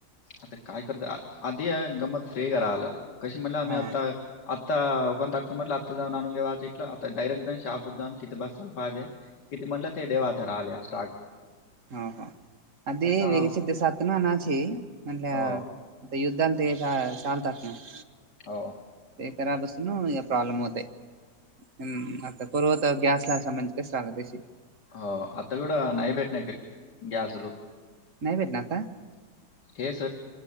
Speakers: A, on the left; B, on the right.
A: आता काय करत आधी गमत फ्रीे का राहिलं कशी म्हणलं आम्ही
B: हो
A: आता <unintelligible> आत्ता होकण तात म्हटलं आत्ता जाऊन आणून घे एकदा. डायरेक्ट जा शहापूर जाऊन किती बसल पाजे किती म्हटलं ते देवाचे राहिले अस <unintelligible>
B: हो हो आ ते
A: आता
B: वेगळेच दिसात ना नाची म्हटल्या
A: हो
B: <unintelligible> आता युद्धला ते चालतात ना <unintelligible>
A: हो.
B: ते खराब असून प्रॉब्लेम होतय हम्म आता पूर्वत गॅसला संबधित <unintelligible> ते सान तेशी <unintelligible>
A: हो आता कवढं नाही भेट नाही का गॅसलू <unintelligible>
B: नाही भेटणार आता
A: केस